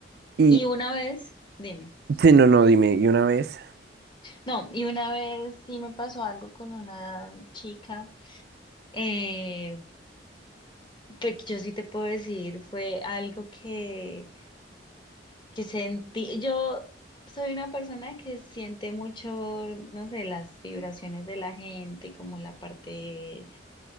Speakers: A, on the right; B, on the left.
A: Y,
B: Y una vez, dime,
A: sí, no, no, dime, y una vez,
B: no, y una vez sí me pasó algo con una chica. Eh, Pues yo sí te puedo decir, fue algo que, que sentí. Yo soy una persona que siente mucho, no sé, las vibraciones de la gente, como la parte,